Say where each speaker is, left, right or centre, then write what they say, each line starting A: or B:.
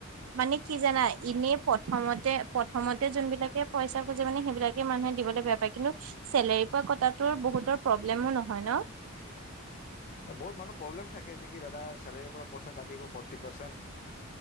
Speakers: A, on the right (about 75°); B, on the left (about 35°).
A: মানে কি জানা এনে প্ৰথমতে প্ৰথমতে যোন বিলাকে। পইচা খজি মানে সেইবিলাকে মানুহে দিবলৈ বেয়া পায় কিন্তু চেলেৰী পোৱা কত টো বহুতৰ প্ৰব্লেমো নহয়। ন
B: বহুত মানুহ প্ৰব্লেম থাকে। যে কি দাদা চেলাৰীৰ পৰা পইচা কাটিব ফ'ৰ্টি পাৰ্চেণ্ট